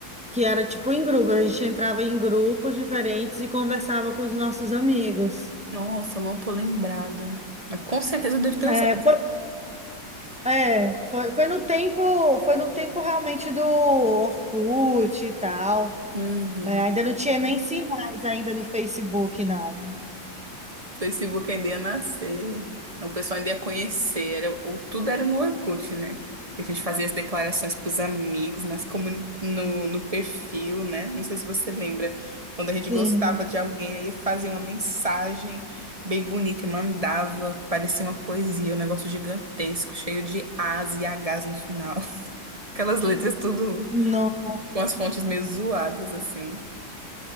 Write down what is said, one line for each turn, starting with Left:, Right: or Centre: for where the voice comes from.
Centre: que era tipo em grupo, a gente entrava em grupos diferentes e conversava com os nossos amigos.
Right: Nossa, eu não tô lembrada. Mas com certeza eu devo ter
Centre: É,
Right: usado.
Centre: foi, é, foi, foi no tempo, foi no tempo realmente do Orkut e tal.
Right: Uhum.
Centre: É, ainda não tinha nem sinais ainda do Facebook, não.
Right: Facebook ainda ia nascer. O pessoal ainda ia conhecer. Era, o, tudo era no Orkut, né? E A gente fazia as declarações pros amigos, nas comuni- no, no perfil, né? Não sei se você lembra. Quando a gente gostava
Centre: Sim,
Right: de alguém, aí fazia uma mensagem bem bonita e mandava. Parecia uma poesia, um negócio gigantesco, cheio de As e Hs no final. <laughs> Aquelas letras tudo
Centre: Não,
Right: com as fontes meio zoadas, assim.